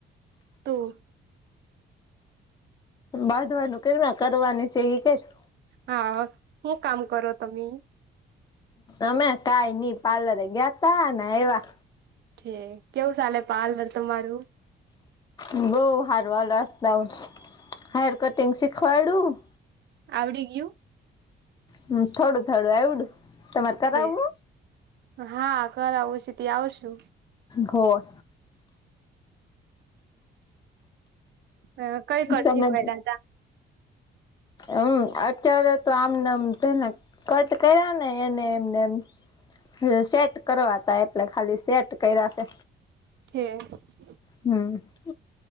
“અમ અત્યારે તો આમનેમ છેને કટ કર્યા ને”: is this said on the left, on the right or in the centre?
Left